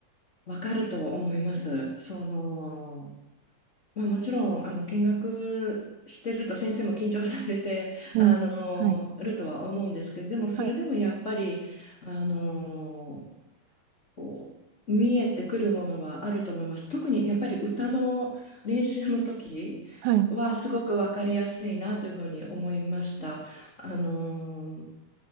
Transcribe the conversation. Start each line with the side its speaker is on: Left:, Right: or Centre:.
Left: わかると思います。その、まあ、もちろんあの見学してると先生も緊張されてあのるとは思うんですけどでもそれでもやっぱりあの
Right: うん。はい。はい。
Left: こう見えてくるものはあると思います。特にやっぱり歌の練習の時はすごく分かりやすいなというふうに思いました。
Right: はい。
Left: あのー